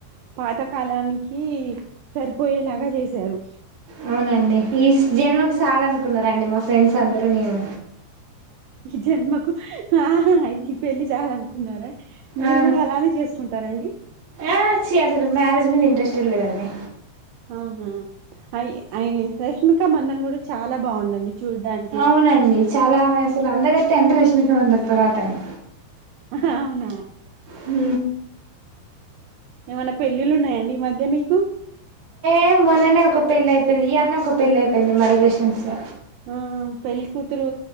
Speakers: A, on the right; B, on the right.
A: పాతకాలానికి సరిపోయేలాగా చేశారు
B: అవునండి ఈ జనుమకు సాలు అనుకున్నరండి మా ఫ్రెండ్స్ అందరూ నేను
A: ఈ జన్మకు ఆ ఈ పెళ్ళి చాలు అనుకున్నారా మీరు
B: ఆ
A: కూడా అలానే చేసుకుంటారండి
B: ఆ చి అసలు మ్యారేజ్ మీద ఇంట్రెస్ టిల్లే డన్ని
A: అవుహా అయి అయి రేష్మి ఇంకా మందన్ గుడా చాలా బాగుందండి చూడ్డానికి
B: అవునండి చాలా ఆమె అసలు అందగత్ టెన్త్ రష్మిక అందరి తర్వాత అతను
A: ఆహా అవునా
B: హు
A: ఏవన్నా పెళ్లిళ్లు ఉన్నాయండి ఈ మధ్య మీకు
B: ఏ మొన్న నే ఒక పెళ్ళి అయిపోయింది ఈ అన్నా ఒక పెళ్లి అయిపోయింది మా రిలేషన్స్ ల
A: ఆ పెళ్లికూతురు